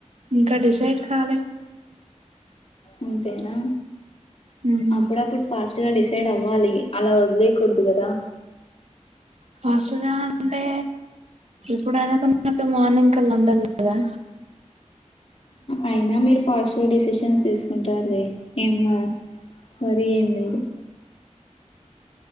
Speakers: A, on the right; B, on the left.
A: ఇంకా డిసైడ్ కాలి
B: అంతేనా
A: మ్మ్
B: అప్పుడు అప్పుడు పాస్ డిసైడ్ అవ్వాలి అలా వదిలేకూడదు కదా
A: ఫాస్తుదనంటే ఇప్పుడు అనుకున్నట్టు మార్నింగ్కలా ఉండాల కదా
B: అయినా మీరు ఫాస్ట్గా డిసిషన్ తీసుకుంటారు ఏం మరి ఏం లేదు